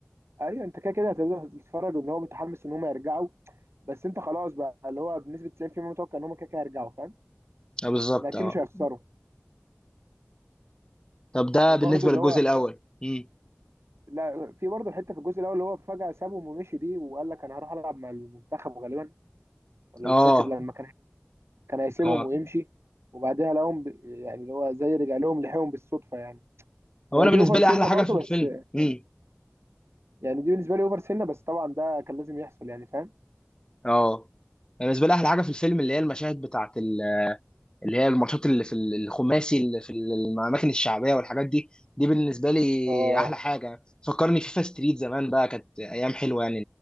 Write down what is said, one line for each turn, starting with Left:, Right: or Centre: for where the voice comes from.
Right: ايوه انت كده كده هتبدا تتفرج ان هو متحمس ان هم يرجعوا بس انت خلاص بقى اللي هو بنسبه 90% متوقع ان هم كده كده هيرجعوا فاهم
Left: آه، بالظبط
Right: ان اكيد
Left: اه
Right: مش هيخسروا
Left: طب ده
Right: وبرده
Left: بالنسبه
Right: اللي
Left: للجزء
Right: هو
Left: الاول امم
Right: لا في برده الحته في الجزء الاول اللي هو فجاه سابهم ومشي دي وقال لك انا هروح العب مع المنتخب غالبا ولا
Left: اه
Right: مش فاكر لما كان كان هيسيبهم
Left: اه
Right: ويمشي وبعدها لقاهم ب- يعني اللي هو زي رجع لهم لحقهم بالصدفه يعني
Left: هو
Right: هي
Left: انا
Right: دي
Left: بالنسبه
Right: اوفر سنه
Left: لي احلى حاجه
Right: برضو
Left: في الفيلم
Right: بس
Left: امم
Right: يعني دي بالنسبه لي اوفر سنه بس طبعا ده كان لازم يحصل يعني فاهم
Left: اه أنا بالنسبه لي احلى حاجه في الفيلم اللي هي المشاهد بتاعت ال- اللي هي الماتشات اللي في ال- الخماسي اللي في ال- الاماكن الشعبيه والحاجات دي دي بالنسبه لي
Right: اه
Left: احلى حاجه فكرني فيفا ستريت زمان بقى كانت ايام حلوه يعني